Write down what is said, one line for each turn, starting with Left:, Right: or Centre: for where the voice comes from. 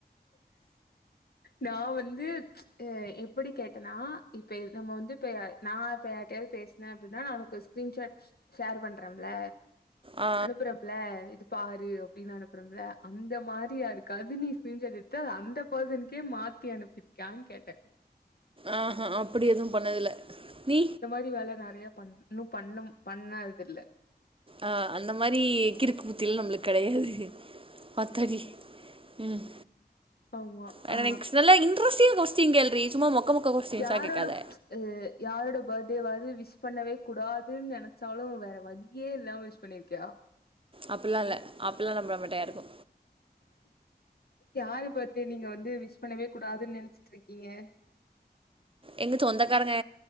Left: நா வந்து எப்டி கேட்டேனா இப்ப நம்ம வந்து இப்ப நா இப்ப யார் கிட்டயாவது பேசுனே அப்டின்னா உனக்கு ஸ்க்ரீன்ஷாட் ஷேர் பண்றேன்ல
Right: ஆ
Left: அனுப்றப்பல இது பாரு அப்டின்னு அனுப்றோம்ல அந்த மாரி யாருக்காது நீ ஸ்க்ரீன் ஷாட் எடுத்து அத அந்த பர்சனுக்கே மாத்தி அனுப்பிருக்கான்னு கேட்ட
Right: ஆஹா அப்டி எதுவு பண்ணதில்ல நீ
Left: <unintelligible> வேல நெறய பண்ண இன்னு பண்ண பண்ணது இல்ல
Right: அ அந்த மாரி கிருக்கு புத்தி எல்லா நம்மளுக்கு கெடயாது ஆத்தாடி ம்
Left: ஆமா
Right: வேற
Left: ஆ
Right: நெக்ஸ் நல்லா இன்ட்ரெஸ்ட் கொஸ்டின் கேல்ரி சும்மா மொக்க மொக்க கொஸ்டின்சா
Left: யாரோட
Right: கேக்காத
Left: அ யாரோட பர்த்டேவாவது விஷ் பண்ணவே கூடாதுன்னு நெனச்சாலு வேற வழியே இல்லாம விஷ் பண்ணியிருக்கியா
Right: அப்டிலா இல்ல அப்டிலா நா பண்ண மாட்டே யாருக்கு
Left: யாரு பார்த்டே நீங்க வந்து விஷ் பண்ணவே கூடாதுன்னு நெனச்சிட்டு இருக்கீங்க
Right: எங்க சொந்தக்காரங்க